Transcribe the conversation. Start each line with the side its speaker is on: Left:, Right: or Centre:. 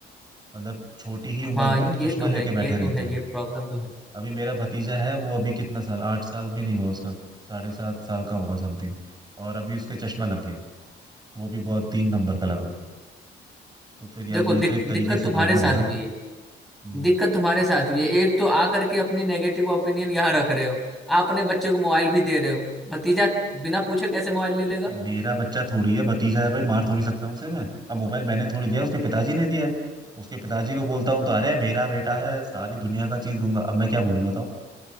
Right: मतलब छोटी ही उम्र
Centre: हाँ
Right: में
Centre: ये
Right: चश्मा
Centre: तो
Right: लेके
Centre: है
Right: बैठे
Centre: ये
Right: रहते
Centre: तो है
Right: हैं
Centre: ये प्रॉब्लम तो है
Right: अभी मेरा भतीजा है वो अभी कितना साल आठ साल भी नहीं हुआ उसका साढ़े सात साल का होगा समथिंग और अभी उसके चश्मा लग गया है वो भी बहुत तीन नंबर का लगा हुआ है तो फिर यार
Centre: देखो
Right: ये
Centre: दिक,
Right: तो एक
Centre: दिक्कत
Right: तरीके से
Centre: तुम्हारे
Right: प्रॉब्लम
Centre: साथ
Right: है ना
Centre: भी है
Right: हम्म
Centre: दिक्कत तुम्हारे साथ भी है एक तो आ करके अपनी नेगेटिव ओपिनियन यहाँ रख रहे हो आप अपने बच्चे को मोबाइल भी दे रहे हो भतीजा बिना पूछे कैसे मोबाइल ले लेगा
Right: मेरा बच्चा थोड़ी है भतीजा है भाई मार थोड़ी सकता हूँ उसे मैं अब मोबाइल मैंने थोड़ी दिया उसके पिताजी ने दिया है उसके पिताजी को बोलता हूँ तो अरे मेरा बेटा है सारी दुनिया का चीज दूंगा अब मैं क्या बोलूंगा बताओ